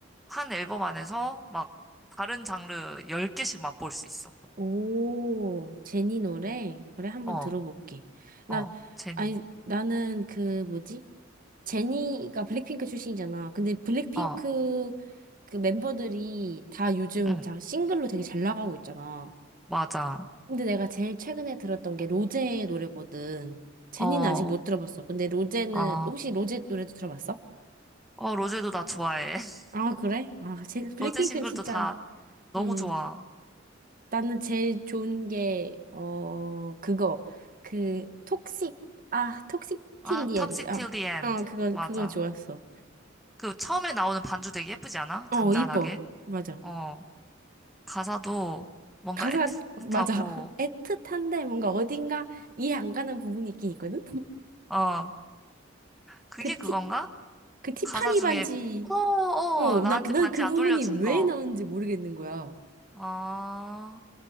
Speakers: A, in the centre; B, on the right (about 45°).
A: 한 앨범 안에서 막 다른 장르 열 개씩 맛볼 수 있어.
B: 오, 제니 노래? 그래, 한번
A: 어,
B: 들어볼게. 나,
A: 어, 제니.
B: 아니, 나는 그, 뭐지? 제니가 블랙핑크 출신이잖아. 근데 블랙핑크
A: 어,
B: 그 멤버들이 다 요즘
A: 응,
B: 다 싱글로 되게 잘 나가고 있잖아.
A: 맞아.
B: 근데 내가 제일 최근에 들었던 게 로제의 노래거든. 제니는
A: 어,
B: 아직 못 들어봤어. 근데 로제는
A: 어,
B: 혹시 로제 노래도 들어봤어?
A: 어, 로제도 나 좋아해. <laughs>
B: 아, 그래? 아, 제 블랙핑크는
A: 로제 싱글도
B: 진짜
A: 다 너무
B: 음.
A: 좋아.
B: 나는 제일 좋은 게 어, 그거. 그 톡식 아, 톡식
A: 아,
B: 틸리엔드.
A: Toxic
B: 아,
A: Till the End.
B: 어, 그거
A: 맞아.
B: 그거 좋았어.
A: 그 처음에 나오는 반주 되게 예쁘지 않아?
B: 어,
A: 잔잔하게.
B: 이뻐. 맞아.
A: 어, 가사도 뭔가
B: 가사
A: 애틋하고,
B: 맞아. <laughs> 애틋한데 뭔가 어딘가 이해 안 가는 부분이 있긴 있거든.
A: 어, 그게
B: 그
A: 그건가?
B: 티, 그 티파니
A: 가사 중에,
B: 반지.
A: 어, 어,
B: 어,
A: 나한테
B: 나, 난
A: 반지
B: 그
A: 안
B: 부분이
A: 돌려준
B: 왜
A: 거.
B: 나오는지 모르겠는 거야.
A: 어,